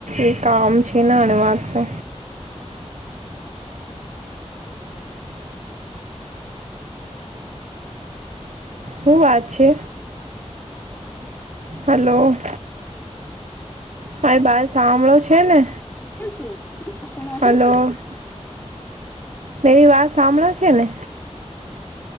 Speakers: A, on the right; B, on the left.
A: એ કામ છે ણ અણુ વાત છે. હું વાત છે? હલો. મારી બાત સાંભળો છે ને?
B: તો શું શુંનો
A: હલો
B: શું.
A: મેરી વાત સાંભળો છે ને?